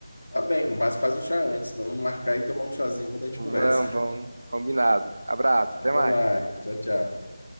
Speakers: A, on the left; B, on the right.
A: Tá bem, mas faz o chá antes. Vamos marcar e tomar um chazinho quando a gente
B: Vamos,
A: conversa.
B: vamos. Combinado. Abraço,
A: <laughs> Até
B: até mais.
A: mais. Tchau, tchau.